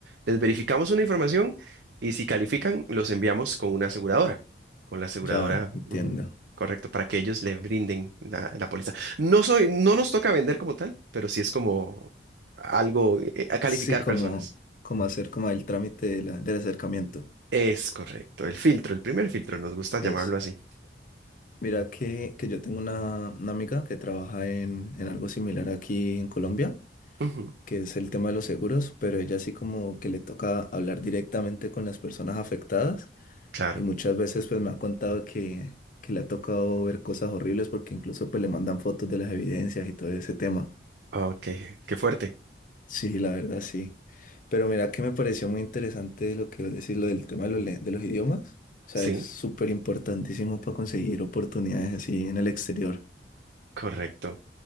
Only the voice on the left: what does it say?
Ya, entiendo.
Sí, como,
como hacer como el trámite de la- del acercamiento.
Eso.
Mira que, que yo tengo una, una amiga que trabaja en, en algo similar aquí en Colombia.
que es el tema de los seguros, pero ella sí como que le toca hablar directamente con las personas afectadas
y muchas veces pues me ha contado que, que le ha tocado ver cosas horribles porque incluso pues le mandan fotos de las evidencias y todo ese tema.
Sí, la verdad sí. Pero mira que me pareció muy interesante lo que vos decís, lo del tema de los, le- de los idiomas. O sea,
es súper importantísimo para conseguir oportunidades así en el exterior.